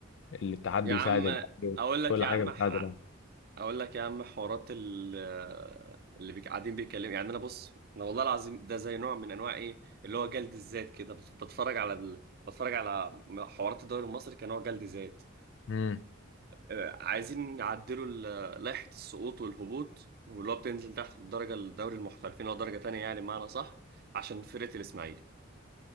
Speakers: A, on the left; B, on the right.
A: الاتحاد
B: يا
A: بيساعد
B: عم
A: الاهلي
B: أقول لك
A: كل
B: يا
A: حاجه
B: عم
A: بتساعد
B: ح...
A: الاهلي
B: أقول لك يا عم حوارات ال... اللي بيك... قاعدين بيتكلموا يعني أنا بص أنا والله العظيم ده زي نوع من أنواع إيه اللي هو جلد الذات كده بت- بتفرج على ال... بتفرج على حوارات الدوري المصري كنوع جلد ذات
A: مم.
B: آه، عايزين نعدلوا ال- لائحة السقوط والهبوط واللي هو بتنزل تحت في الدرجة الدوري المحترفين أو درجة تانية يعني معنى صح عشان فرقة الإسماعيلي